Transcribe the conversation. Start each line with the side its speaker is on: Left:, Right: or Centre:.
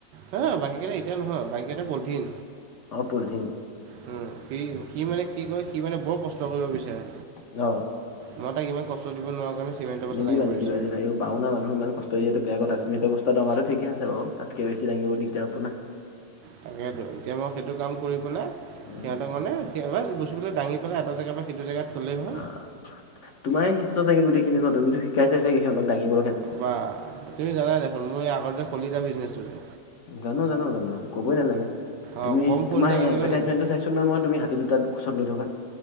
Right: হা বাকীকেইটা এতিয়া নহয় বাকীকেইটা পলথিন।
Left: অ পলিথিন
Right: মম সি সি মানে কি কয় সি মানে বৰ কষ্ট কৰিব বিচাৰে।
Left: অ।
Right: মই তাক ইমান কষ্ট দিব নোৱাৰা কাৰণে চিমেণ্টৰ বস্তা
Left: নিদিবা
Right: দাঙিব
Left: নিদিবা।
Right: দিছোঁ
Left: বাওনা মানুহ ইমান কষ্ট দিয় এইটো বেয়া কথা চিমেণ্টৰ বস্তাটো ডোঙা ঠিক আছে বাৰ তাতকৈ বেছি দাঙিব দিদাৰ হব না।
Right: তাকেতো এতিয়া মই সেইটো কাম কৰি পেলাই
Left: উম
Right: সিহঁতক মানে সবাৰ বস্তুবিলাক দাঙি পেলাই এটা জেগাৰ পৰা সেইটো জেগাত থলেই হয়।
Left: অ তোমাৰ শিষ্য চাগে গোটেইখিনি ন তুমিতো শিকাই চাই চাগে সিহঁতক দাঙিব।
Right: বা তুমি জানা দেখোন মই আগতে শলিতা বিজনেছ কৰিছিলো।
Left: জানো জানো জানো কবই নালাগে
Right: অঁ
Left: তুমি
Right: কম শ'লডাল
Left: তোমাৰ
Right: আনিলোঁ
Left: ইভাটেচটো
Right: নেকি
Left: চাইছো দেখিছো মই তুমি হাতী দুটা কোচত লৈ থকা।